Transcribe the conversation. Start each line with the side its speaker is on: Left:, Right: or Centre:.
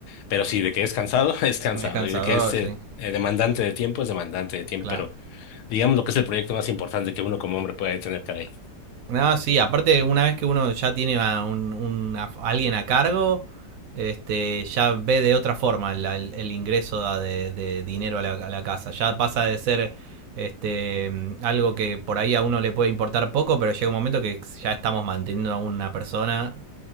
Left: Pero sí, de que es cansado, <laughs> es cansado.
Right: es cansador,
Left: Y de que es eh,
Right: sí,
Left: eh, demandante de tiempo, es demandante de tiempo.
Right: claro.
Left: Pero digamos lo que es el proyecto más importante que uno como hombre puede tener, caray.
Right: No, sí, aparte una vez que uno ya tiene a un, un- a alguien a cargo, este, ya ve de otra forma la- el, el ingreso da de, de dinero a la, a la casa. Ya pasa de ser este mm, algo que por ahí a uno le puede importar poco, pero llega un momento que ya estamos manteniendo a una persona